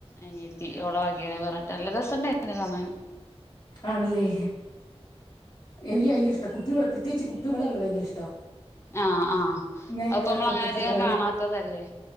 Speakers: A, on the left; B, on the left.
A: അനിയത്തി ഓളവഗയാ പറഞ്ഞിട്ട് നല്ല രസംണ്ടായി കാണാൻ
B: ആണല്ലേ എനിക്ക് ഭയങ്കര ഇഷ്ട കുപ്പി വള പ്രത്യേകിച്ച് കുപ്പി വളകൾ ഭയങ്കര ഇഷ്ടം
A: ആഹ് ആഹ്
B: ഞാൻ
A: അതിപ്പോ
B: ഇവിടെ
A: നമ്മള്
B: തൊട്ടടുത്ത
A: അങ്ങനെ അധികം
B: കടകളി
A: കാണാത്തതല്ലേ
B: പോ